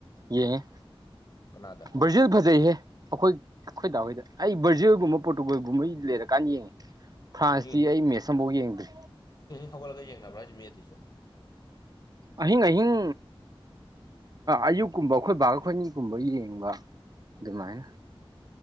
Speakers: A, on the right (about 45°); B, on the left (about 45°).
A: ꯌꯦꯡꯉꯦ
B: ꯀꯅꯥꯗ
A: ꯕ꯭ꯔꯖꯤꯜ ꯐꯖꯩꯍꯦ ꯑꯩꯈꯣꯏ ꯑꯩꯈꯣꯏ ꯇꯗꯥ ꯍꯣꯏꯗ ꯑꯩ ꯕꯔꯖꯤꯜꯒꯨꯝꯕ ꯄꯣꯔꯇꯨꯒꯜ ꯒꯨꯝꯕ ꯑꯩ ꯂꯩꯔꯀꯥꯟꯗ ꯌꯦꯡꯉꯦ ꯐ꯭ꯔꯥꯟꯁꯇꯤ
B: ꯑꯍꯤꯡ
A: ꯑꯩ ꯃꯦꯠꯁ ꯑꯃꯐꯥꯎ ꯌꯦꯡꯗ꯭ꯔꯤ
B: ꯊꯒꯥꯏ ꯌꯦꯅ ꯃꯔꯥꯏ ꯃꯤꯇꯩꯁꯨ
A: ꯑꯍꯤꯡ ꯑꯍꯤꯡ ꯑꯌꯨꯛꯀꯨꯝꯕ ꯑꯩꯈꯣꯏ ꯕꯥꯈꯣꯏꯅꯤꯒꯨꯝꯕ ꯌꯦꯡꯕ ꯑꯗꯨꯃꯥꯏꯅ